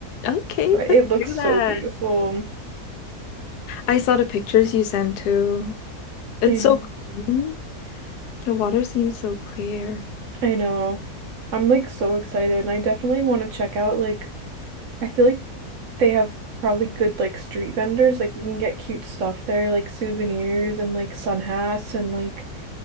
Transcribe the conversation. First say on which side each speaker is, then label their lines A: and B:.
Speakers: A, on the left (about 85°); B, on the right (about 60°).
A: Okay,
B: But
A: let's
B: it looks
A: do
B: so
A: that.
B: beautiful.
A: I saw the pictures you sent too. It's
B: I know.
A: so green. The water seems so clear.
B: I know. I'm like so excited and I definitely want to check out like I feel like they have probably good like street vendors. Like we can get cute stuff there, like souvenirs and like sun hats and like